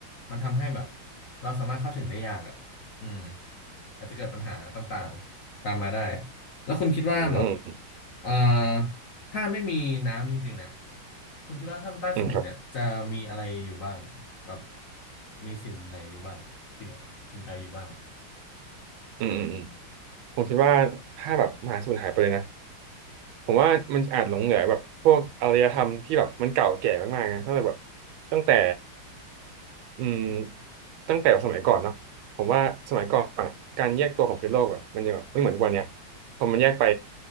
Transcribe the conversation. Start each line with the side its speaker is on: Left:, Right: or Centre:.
Left: มันทำให้แบบเราสามารถเข้าถึงได้ยากอ่ะอืมอาจจะเกิดปัญหาต่างๆตามมาได้แล้วคุณคิดว่าแบบ
Right: อืม
Left: เอ่อถ้าไม่มีน้ำจริงๆเนี่ยคุณคิดว่าถ้ำใต้สมุทรเนี่ยจะมีอะไรอยู่บ้างแบบ
Right: อืมครับ
Left: มีสิ่งไหนอยู่บ้างสิ่งสิ่งใดอยู่บ้าง
Right: อืมอืมอืมผมคิดว่าถ้าแบบมหาสูญหายไปเลยนะ ผมว่ามันอาจหลงเหลือแบบพวกอารยธรรมที่แบบมันเก่าแก่มากๆนะตั้งแต่แบบตั้งแต่ อืมตั้งแต่สมัยก่อนเนาะผมว่าสมัยก่อนอะการแยกตัวของพื้นโลกอ่ะมันยังแบบไม่เหมือนทุกวันเนี้ยพอมันแยกไป